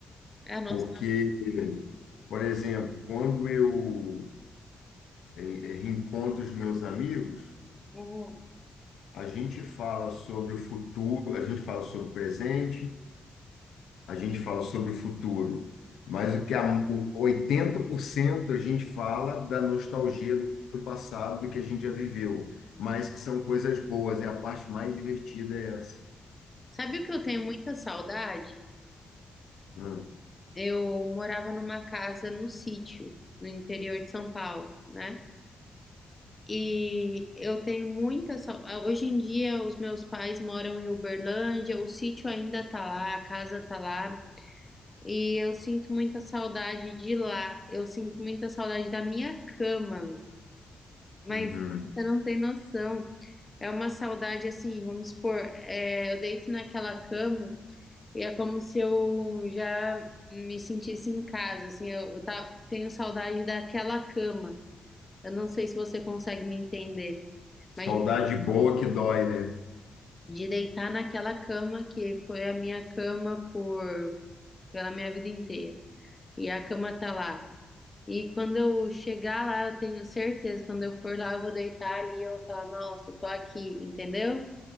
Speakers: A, on the left (about 25°); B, on the left (about 85°).
A: É a nossa.
B: porque, por exemplo, quando eu eh, eh, reencontro os meus amigos,
A: Uhum.
B: a gente fala sobre o futuro, a gente fala sobre o presente, a gente fala sobre o futuro, mas o que a, o 80% a gente fala da nostalgia do passado, do que a gente já viveu, mas que são coisas boas, é a parte mais divertida é essa.
A: Sabe o que eu tenho muita saudade?
B: Hum,
A: Eu morava numa casa no sítio, no interior de São Paulo, né? E eu tenho muita saudade. Hoje em dia, os meus pais moram em Uberlândia, o sítio ainda tá lá, a casa tá lá, e eu sinto muita saudade de lá. Eu sinto muita saudade da minha cama, mas
B: uhum.
A: você não tem noção. É uma saudade assim, vamos supor, é, eu deito naquela cama e é como se eu já me sentisse em casa, assim, eu, eu tá- tenho saudade daquela cama. Eu não sei se você consegue me entender.
B: Saudade
A: mas
B: boa que dói, né?
A: de deitar naquela cama que foi a minha cama por pela minha vida inteira. E a cama tá lá. E quando eu chegar lá, eu tenho certeza, quando eu for lá, eu vou deitar ali e eu vou falar, nossa, eu tô aqui, entendeu?